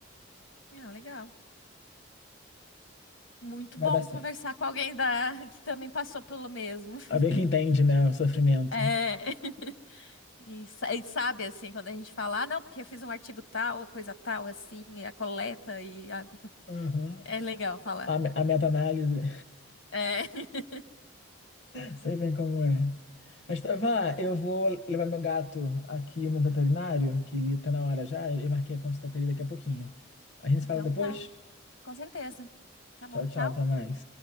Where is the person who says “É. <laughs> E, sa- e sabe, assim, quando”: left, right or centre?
Left